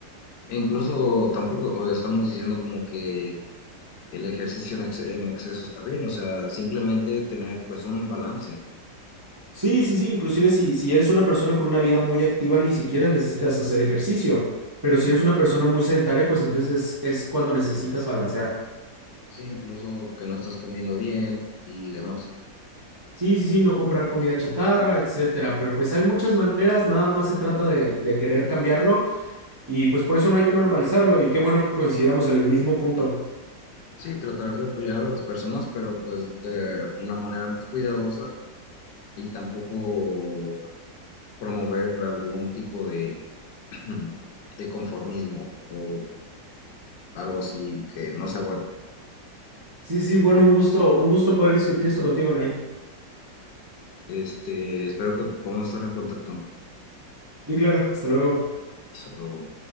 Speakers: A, on the left; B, on the right.
A: E Incluso tampoco estamos diciendo como que el ejercicio en, ex- en exceso está bien, o sea, simplemente tener pues un balance,
B: Sí, sí, sí, inclusive si, si eres una persona con una vida muy activa, ni siquiera necesitas hacer ejercicio, pero si eres una persona muy sedentaria, pues entonces es, es cuando necesitas balancear.
A: sí, incluso que no estás comiendo bien y demás.
B: Sí, sí, sí, no comprar comida chatarra, etcétera, pero pues hay muchas maneras, nada más se trata de, de querer cambiarlo y pues por eso no hay que normalizarlo y qué bueno que coincidamos en el mismo punto.
A: Sí, tratar de apoyar a las personas, pero pues de una manera más cuidadosa y tampoco promover algún tipo de, <clears throat> de conformismo o algo así que no sea bueno.
B: Sí, sí, sí, bueno, un gusto, un gusto poder discutir esto contigo, Nain.
A: Este, espero que podamos estar en contacto.
B: Y claro, hasta luego.
A: solo